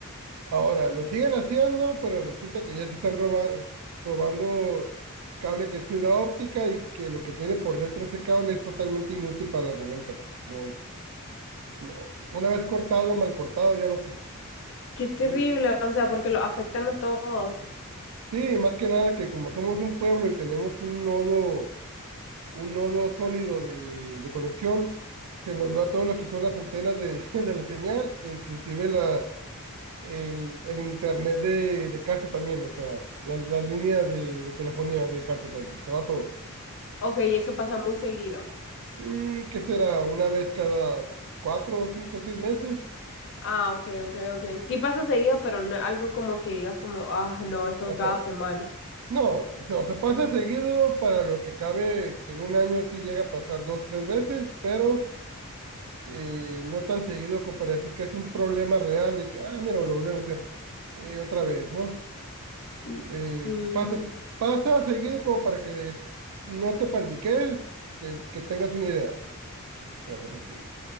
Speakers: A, on the right; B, on the left.
A: Ahora, lo siguen haciendo, pero resulta que ya se están robando, robando cable que es fibra óptica y que lo que tiene por dentro ese cable es totalmente inútil para la reventa, porque no, no, una vez cortado, mal cortado, ya no sirve.
B: Qué terrible,
A: Oye,
B: o sea, porque lo afectan a todos.
A: Sí, más que nada que como somos un pueblo y tenemos un nodo, un nodo sólido de, de conexión, se nos va todo lo que son las antenas de, <laughs> de la señal, inclusive la, el, el internet de, de casa también, o sea, la- las líneas de, de telefonía de casa también, se va todo.
B: Ok, eso pasa muy seguido.
A: Mm, ¿qué será? Una vez cada cuatro, cinco, seis meses,
B: Ah, ok, ok, ok. Sí pasa seguido, pero no es algo como que digas como, ah, no, esto
A: o
B: cada
A: sea,
B: semana.
A: No, o sea, o sea, pasa seguido para lo que cabe, que en un año sí llega a pasar dos, tres veces, pero eh, no tan seguido como para decir que es un problema real de que, ah, mira, lo volvieron a hacer eh, otra vez, ¿no?
B: Mm,
A: Eh,
B: Sí.
A: pasa, pasa seguido como para que no te paniques, que, que tengas una idea, pero no tan seguido.